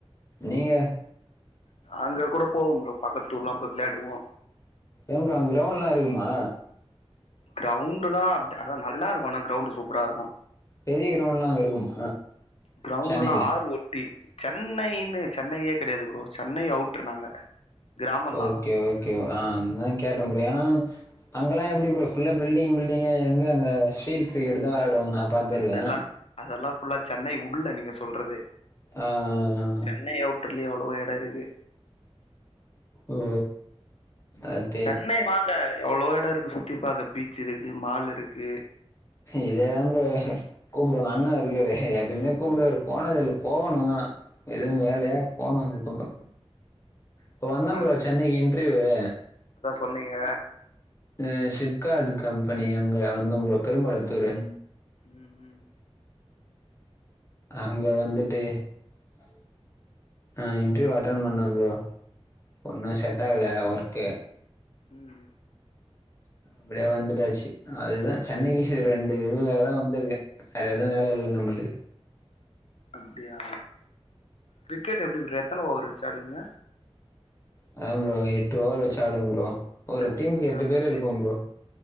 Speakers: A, on the left (about 30°); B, on the left (about 70°).
A: நீங்க
B: அங்க கூட போவோ ப்ரோ பக்கத்தூர்லா போய் விளாடுவோ
A: ஏங் ப்ரோ அங் க்ரவுண்ட்லா இருக்குமா
B: க்ரவுண்டு தா அப்டே அதா நல்லா இருக்கு ஆனா க்ரவுண்டு் சூப்பரா இருக்கு
A: பெரிய க்ரவுண்ட்லா அங்க இருக்குமா
B: க்ரவுண்டுன்னா
A: சென்னைல
B: ஆறு ஒட்டி சென்னைன்னு சென்னையே கெடையாது ப்ரோ சென்னை அவுட்டர் நாங்க கிராமந்தா
A: ஓகே ஓகே ஆ அதுதா கேட்ட ப்ரோ ஏனா அங்கல்லா எப்டி ப்ரோ ஃபுல்லா பில்டிங்கு பில்டிங்கு எங்க அங்க ஸ்ட்ரீட் கிரிக்கெட்டு தா வெளாடுவாங்க நா பாத்துருக்கே
B: அதெல்லா அதெல்லா ஃபுல்லா சென்னை உள்ள நீங்க சொல்றது
A: ஆ ஆ
B: சென்னை அவுட்டர்லே எவ்ளோ எடோ இருக்கு
A: ஓ அத்
B: சென்னை வாங்க எவ்ளோ எடோ இருக்கு சுத்தி பாக்க பீச் இருக்கு மால் இருக்கு
A: இதே தா ப்ரோ கூப்டுவா அண்ண இருக்காரு எப்பைமே கூப்டுவாரு போனதில்ல போவணு தா எதுவு
B: வாங்க
A: வேலையா போனு அது பக்கோ இப்ப வந்த
B: வாங்க
A: ப்ரோ சென்னைக்கு இன்ட்ர்யூவு
B: அதா சொன்னீங்க
A: அ ஷிப்கார்டு கம்பெனி அங்க வந்த ப்ரோ பெருங்கொளத்தூரு
B: ம் ம்
A: அங்க வந்துட்டு ச ஆ இன்ட்ர்யூவ் அட்டென் பண்ணே ப்ரோ ஒன்னு செட் ஆகல ஒர்க்கு
B: ம்
A: அப்டியே வந்துட்டாச்சு அது தா சென்னைக்கு ரெண்டு இதுக்காக தா வந்திருக்கே வேற எது வேல இல்ல நம்மளு
B: அப்டியா கிரிக்கெட் எப்டி ப்ரோ எத்தன ஓவர் வெச்சு ஆடுவீங்க
A: அதா ப்ரோ எட்டு ஓவர் வெச்சு ஆடுவோ ப்ரோ ஒரு
B: கரெக்ட்
A: டீமுக்கு
B: நாங்களா
A: எட்டு பேரு இருப்போ
B: எட்டு
A: ப்ரோ
B: தா